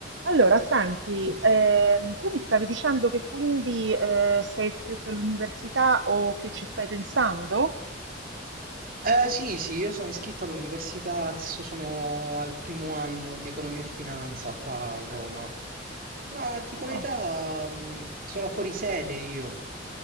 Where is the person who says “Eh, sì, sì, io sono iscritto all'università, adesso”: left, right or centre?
Right